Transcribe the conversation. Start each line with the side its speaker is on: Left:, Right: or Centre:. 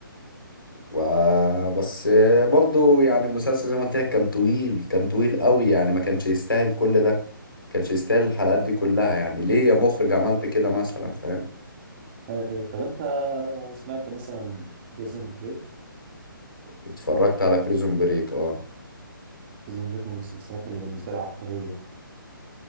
Left: و- بس برضو يعني المسلسل زي ما قلت لك كان طويل كان طويل قوي يعني ما كانش يستاهل كل ده كانش يستاهل الحلقات دي كلها يعني ليه يا مخرج عملت كده مثلا فاهم
Right: ايوه طب انت سمعت مثلا بريزون بريك
Left: اتفرجت على بريزون بريك اه
Right: بريزون بريك من المسلسلات اللي بالنسبه لي عبقريه